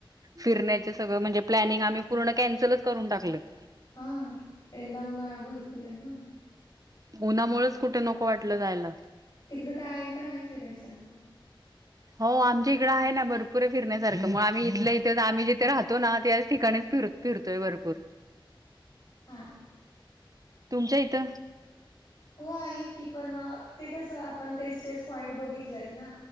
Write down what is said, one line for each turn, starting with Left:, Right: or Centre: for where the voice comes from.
Right: फिरण्याच सगळं म्हणजे प्लॅनिंग आम्ही पूर्ण कॅन्सलच करून टाकलं
Left: हा यंदा उनळा भरपूर आहे ना
Right: उन्हामुळेच कुठे नको वाटलं जायला
Left: तिकडं काय का नाही फिरायसारखं
Right: हो आमच्या इकड आहे ना भरपुरे फिरण्यासाठी ग आ्ही इथ इथे आम् जिथे राहो तो ना त्याच ठिकाणीच फिर फिरतोय भरपूर
Left: हा
Right: तुमच्या इथं.
Left: हो आहे की, पण ते कसं आपण तेच तेच, पॉइंट बघितलेत ना